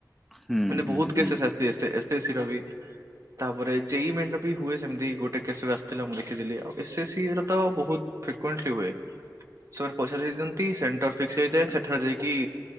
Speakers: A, in the centre; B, on the right.
A: ହୁଁ
B: ମାନେ ବହୁତ
A: ହୁଁ ହୁଁ
B: କେସ୍ <unintelligible> ତାପରେ ଦେଇ ମେ ବି ହୁଏ ସେମିତି ଗୋଟେ କେସ ବି ଆସିଥିଲା ମୁଁ ଦେଖିଥିଲି ଆଉ ଏସ୍ ସି ର ତ ବହୁତ୍ ଫ୍ରି <unintelligible> ହୁଏ। ସେମାନେ ପଇସା ଦେଇ ଦିଅନ୍ତି ସେଣ୍ଟର୍ ଫିକ୍ସ୍ ହେଇଯାଏ ସେଠାରେ ଦେଇକି